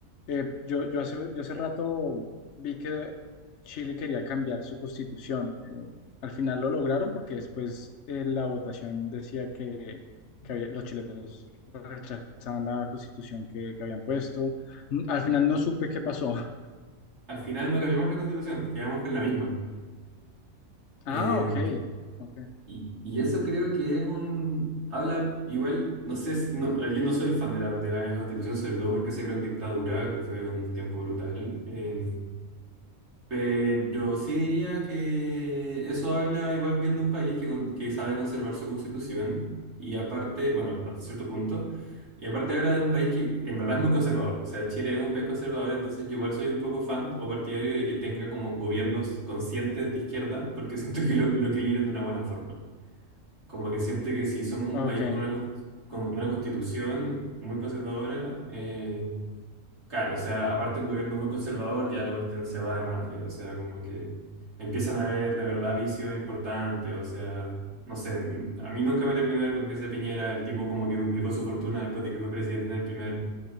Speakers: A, on the left; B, on the right.
A: eh, yo, yo hace, yo hace rato vi que Chile quería cambiar su constitución. Eh, al final lo lograron porque después eh, la votación decía que, que había- los chilenos rechazaban la constitución que, que habían puesto. Mm, Al final no supe qué pasó. <laughs>
B: Al final no cambiamos la constitución, quedamos con la misma.
A: Ah,
B: Em,
A: ok, ok,
B: y, y eso creo que es un... Habla igual, no sé si... No, yo no soy fan de la, de la vieja constitución, sobre todo porque se creó en dictadura, que fue un tiempo brutal. Em, pero sí diría que eso habla igual bien de un país que, con- que sabe conservar su constitución. Y aparte, bueno, hasta cierto punto. Y aparte habla de un país que en verdad es muy conservador. O sea, Chile es un país conservador, entonces yo igual soy un poco fan o partidario de que tenga como gobiernos conscientes de izquierda, porque siento que lo, lo equilibran de una buena forma. Como que siento que si somos un
A: ok.
B: país con una, cons- con una constitución muy conservadora, eh, claro, o sea, aparte un gobierno muy conservador, ya la cuestión se va de madre, o sea, como que empiezan a haber de verdad vicios importantes, o sea, no sé, m- a mí nunca me terminó de dar confianza Piñera, el tipo como que duplicó su fortuna después de que fue presidente en el primer,